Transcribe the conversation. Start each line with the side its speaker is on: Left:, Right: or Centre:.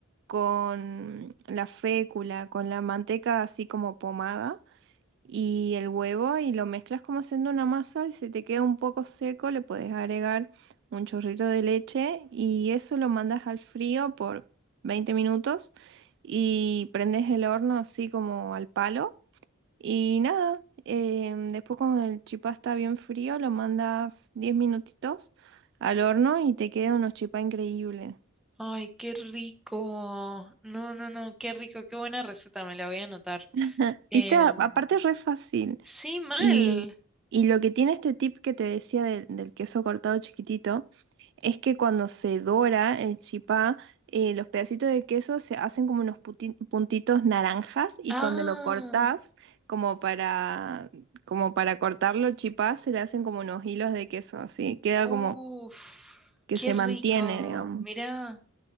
Right: con la fécula, con la manteca así como pomada y el huevo y lo mezclas como haciendo una masa y si te queda un poco seco le puedes agregar un chorrito de leche y eso lo mandas al frío por 20 minutos y prendes el horno así como al palo y nada, em, después cuando el chipá está bien frío lo mandas 10 minutitos al horno y te queda unos chipá increíbles.
Centre: Ay, qué rico. No, no, no, qué rico, qué buena receta, me la voy a anotar.
Right: <laughs>
Centre: Em,
Right: Viste, A- aparte es re fácil.
Centre: sí, mal.
Right: Y, y lo que tiene este tip que te decía del, del queso cortado chiquitito es que cuando se dora el chipá, eh, los pedacitos de queso se hacen como unos puti- puntitos naranjas y
Centre: Ah,
Right: cuando lo cortás, como para, como para cortarlo el chipá, se le hacen como unos hilos de queso, así queda
Centre: uff,
Right: como que
Centre: qué
Right: se
Centre: rico.
Right: mantiene, digamos.
Centre: Mirá,